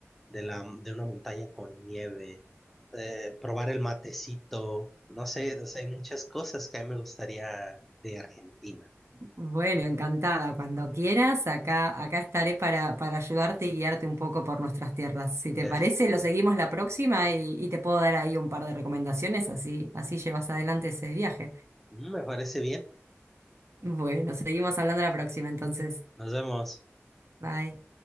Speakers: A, in the centre; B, on the right.
A: de, la, de una montaña con nieve, eh, probar el matecito, no sé, o sea, hay muchas cosas que a mí me gustaría de Argentina.
B: bueno, encantada. Cuando quieras, acá, acá estaré para, para ayudarte y guiarte un poco por nuestras tierras. Si te
A: Pero,
B: parece,
A: eh,
B: lo seguimos la próxima y, y te puedo dar ahí un par de recomendaciones, así, así llevas adelante ese viaje.
A: Mm, me parece bien,
B: Bueno, seguimos hablando la próxima entonces.
A: nos vemos.
B: Bye.